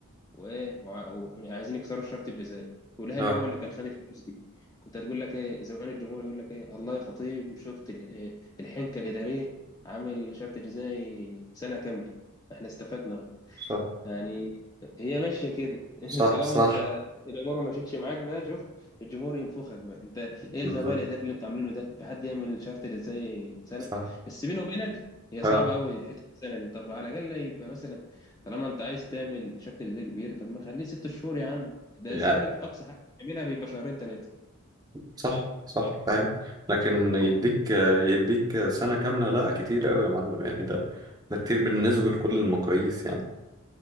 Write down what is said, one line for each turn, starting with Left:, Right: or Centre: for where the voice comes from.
Left: وايه وع- وعايزين يكسروا الشرط الجزائي والاهلي
Right: اه
Left: هو اللي كان خد الفلوس دي كنت هتقول لك ايه زمان الجمهور يقول لك ايه الله يا خطيب وشفت ال- إيه، الحنكه الاداريه عامل شرط جزائي سنه كامله احنا استفدنا
Right: صح
Left: يعني هي ماشيه كده <laughs>
Right: صح
Left: طالما
Right: صح
Left: انت الاماره ما مشيتش معاك بقى شوف الجمهور ينفخك بقى انت ايه
Right: بالظبط
Left: الغباء الاداري اللي انتوا عاملينه ده في حد يعمل شارت ازاي سنه
Right: صح
Left: بس بيني وبينك هي
Right: اه
Left: صعبه قوي حته السنه دي طب على الاقل يبقى مثلا طالما انت عايز تعمل شارت ازاي كبير طب ما خليه ست شهور يا عم ده
Right: يعني
Left: الزمالك اقصى حاجه بيعملها بيبقى شهرين ثلاثه
Right: صح صح فاهم لكن يديك يديك سنة كاملة لا كتير قوي يا معلم يعني ده ده كتير بالنسبة لكل المقاييس يعني